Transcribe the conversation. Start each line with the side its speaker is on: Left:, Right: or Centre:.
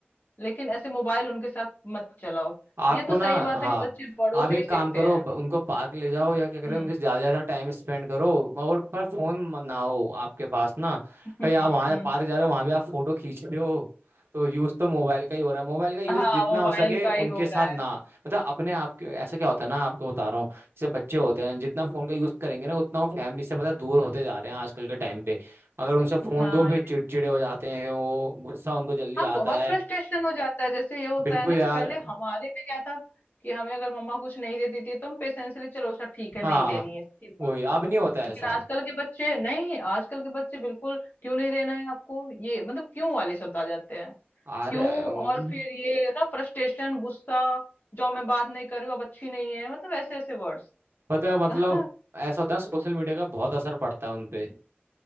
Left: लेकिन ऐसे मोबाइल उनके साथ मत चलाओ
Right: आपको
Left: ये तो सही
Right: ना
Left: बात
Right: हाँ
Left: है कि बच्चे बड़ों से
Right: आप एक
Left: ही सीखते
Right: काम करो
Left: हैं
Right: ब- उनको पार्क ले जाओ या क्या करें
Left: हम्म
Right: उनके साथ ज्यादा ज्यादा टाइम स्पेंड करो और पर फोन म- ना हो आपके पास ना
Left: हम्म
Right: कहीं आप वहाँ
Left: हम्म
Right: पार्क जा रहे हो वहाँ भी आप फोटो खींच रहे हो तो यूज तो मोबाइल का ही हो रहा है मोबाइल का यूज
Left: हाँ
Right: जितना
Left: मोबाइल
Right: हो सके
Left: का
Right: उनके
Left: ही हो
Right: साथ
Left: रहा है
Right: ना मतलब अपने आप के ऐसा क्या होता है ना आपको बता रहा हूँ जैसे बच्चे होते हैं जितना फोन का यूज करेंगे ना उतना वो फैमिली से पता है, दूर होते जा रहे हैं आजकल के टाइम पे अगर उनसे फोन
Left: हाँ
Right: दो फिर चिड़चिड़े हो जाते हैं वो गुस्सा उनको जल्दी
Left: हाँ बहुत
Right: आता है
Left: फ्रस्ट्रेशन हो जाता है जैसे ये होता
Right: बिल्कुल
Left: है ना कि
Right: यार
Left: पहले हमारे में क्या था कि हमें अगर मम्मा कुछ नहीं देती थी तो हम पेशेंसली चलो अच्छा ठीक है नहीं
Right: हाँ
Left: दे रही है ठीक बात
Right: वही अब
Left: खत्म
Right: नहीं होता है
Left: लेकिन
Right: ऐसा
Left: आजकल के बच्चे नहीं आजकल के बच्चे बिल्कुल क्यों नहीं देना है आपको ये मतलब क्यों वाले शब्द आ जाते हैं
Right: अरे
Left: क्यों
Right: अम,
Left: और फिर ये ना फ्रस्ट्रेशन गुस्सा जो मैं बात नहीं कर रही हूँ अब अच्छी नहीं है मतलब ऐसे ऐसे वर्ड्स
Right: पता है मतलब
Left: <laughs>
Right: ऐसा होता है सोशल मीडिया का बहुत असर पड़ता है उनपे